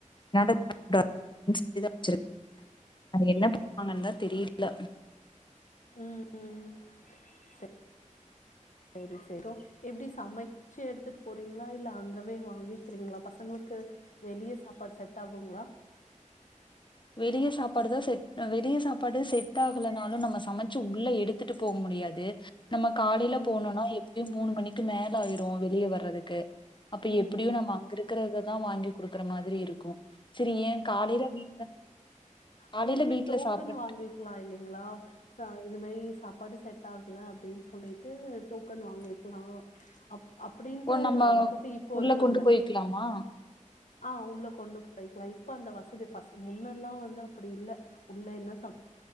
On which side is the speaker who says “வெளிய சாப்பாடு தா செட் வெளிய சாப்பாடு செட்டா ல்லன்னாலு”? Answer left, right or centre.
Left